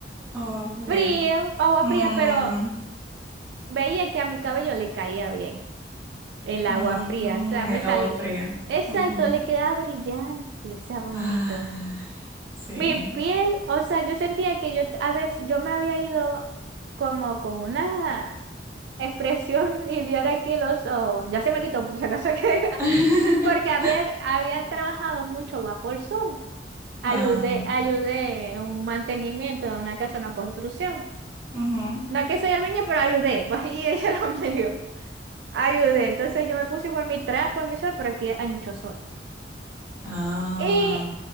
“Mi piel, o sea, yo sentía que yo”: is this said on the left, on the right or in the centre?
Right